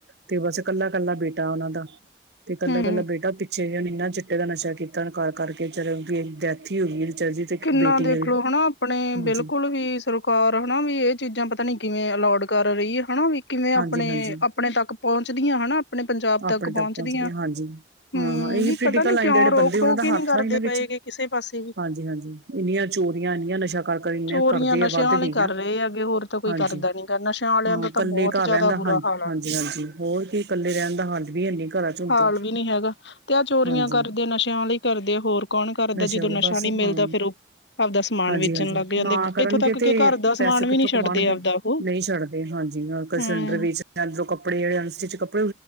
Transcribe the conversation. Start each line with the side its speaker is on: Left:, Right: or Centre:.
Right: ਤੇ ਬਸ ਕੱਲਾ ਕੱਲਾ ਬੇਟਾ ਉਹਨਾ ਦਾ ਤੇ ਕੱਲਾ
Left: ਹੂੰ
Right: ਇਕੱਲਾ ਬੇਟਾ ਪਿੱਛੇ ਜਿੰਨਾ ਚ ਦਾ ਨਸ਼ਾ ਕੀਤਾ ਕਰ ਕਰਕੇ ਚ ਡੈਥ ਹੀ ਹੋ ਗਈ ਵਿਚਾਰੇ ਦੀ ਤੇ ਇੱਕ
Left: ਕਿੰਨਾ
Right: ਬੇਟੀ
Left: ਦੇਖਲੋ
Right: ਹੈ
Left: ਹੈਨਾ ਆਪਣੇ
Right: ਹਾਂਜੀ
Left: ਬਿਲਕੁਲ ਵੀ ਸਰਕਾਰ ਹੈਨਾ ਵੀ ਇਹ ਚੀਜ਼ਾਂ ਪਤਾ ਨੀ ਕਿਵੇਂ ਅਲੋਡ ਕਰ ਰਹੀ ਹਨਾ ਵੀ ਕਿਵੇਂ ਆਪਣੇ
Right: ਹਾਂਜੀ ਹਾਂਜੀ
Left: ਆਪਣੇ ਤੱਕ ਪਹੁੰਚਦੀਆਂ ਆਪਣੇ ਪੰਜਾਬ ਤੱਕ
Right: ਆਪਣੇ
Left: ਪਹੁੰਚਦੀਆਂ
Right: ਪਹੁੰਚ ਗਏ ਹਾਂਜੀ
Left: ਹੂ
Right: ਹਾਂ ਇਹੀ
Left: ਵੀ
Right: ਪੋਲੀਟੀਕਲ
Left: ਪਤਾ ਨਾ
Right: ਲਾਈਨ
Left: ਕਿਉਂ
Right: ਦੇ ਜਿਹੜੇ
Left: ਰੋਕ
Right: ਬੰਦੇ
Left: ਟੋਕ
Right: ਉਹਨਾਂ ਦਾ
Left: ਹੀ ਨਹੀ
Right: ਹੱਥ
Left: ਕਰਦੇ
Right: ਆ ਇਹਨਾਂ ਵਿੱਚ
Left: ਪਏ ਕਿਸੇ ਪਾਸੇ ਵੀ
Right: ਹਾਂਜੀ ਇੰਨੀਆਂ ਚੋਰੀਆਂ ਇੰਨੀਆਂ ਨਸ਼ਾ ਕਰਕੇ ਇਨਾ
Left: ਚੋਰੀਆਂ
Right: ਕਰਦੇ
Left: ਨਸ਼ਿਆਂ
Right: ਆ ਵੱਧ
Left: ਵਾਲੇ
Right: ਗਈਆਂ
Left: ਕਰ ਰਹੇ ਹੈਗੇ ਹੋਰ ਤਾਂ ਕੋਈ
Right: ਹਾਂਜੀ
Left: ਕਰਦਾ ਨੀ ਗਾ ਨਸ਼ਿਆਂ ਵਾਲਿਆਂ
Right: ਹਾਂ
Left: ਦਾ ਤਾਂ
Right: ਕੱਲੇ
Left: ਬਹੁਤ
Right: ਘਰ
Left: ਜ਼ਿਆਦਾ
Right: ਰਹਿੰਦਾ
Left: ਬੁਰਾ
Right: ਹਾਂਜੀ,
Left: ਹਾਲ ਆ
Right: ਹਾਂਜੀ, ਹਾਂਜੀ ਹੋਰ ਕੀ ਕੱਲੇ ਰਹਣਦਾ ਹਾਲ ਵੀ ਹੈਨੀ ਘਰਾਂ ਚ ਹੁਣ
Left: ਹਾਲ
Right: ਤੇ
Left: ਵੀ ਨੀ ਹੈਗਾ ਤੇ ਆਹ ਚੋਰੀਆਂ
Right: ਹਾਂਜੀ
Left: ਕਰਦੇ ਨਸ਼ਿਆਂ ਵਾਲ ਹੀ ਕਰਦੇ ਹੋਰ ਕੌਣ ਕਰਦਾ
Right: ਨਸ਼ੇ
Left: ਜਦੋਂ
Right: ਵਾਲੇ
Left: ਨਸ਼ਾ
Right: ਪਾਸੇ
Left: ਨੀ ਮਿਲਦਾ
Right: ਹਾਂ
Left: ਫਿਰ ਉਹ ਆਪਦਾ ਸਮਾਨ
Right: ਹਾਂਜੀ
Left: ਵੇਚਣ
Right: ਹਾਂਜੀ
Left: ਲੱਗ ਜਾਂਦੇ
Right: ਨਾ ਕਰਨਗੇ
Left: ਇੱਥੋਂ ਤੱਕ
Right: ਤੇ
Left: ਕਿ ਘਰ ਦਾ
Right: ਪੈਸੇ
Left: ਸਮਾਨ ਵੀ
Right: ਕਿੱਥੋਂ
Left: ਨੀ ਛੱਡਦੇ
Right: ਕਮਾਉਣਗੇ
Left: ਆਪਦਾ ਉਹ
Right: ਨਹੀਂ ਛੱਡਦੇ ਹਾਂ ਜਿੰਨਾ ਵਰਗ
Left: ਹਮ
Right: ਸਿਲੰਡਰ ਵੇਚ ਲੈਣ ਦੋ ਕੱਪੜ ਸਟਿਚ ਕੱਪੜ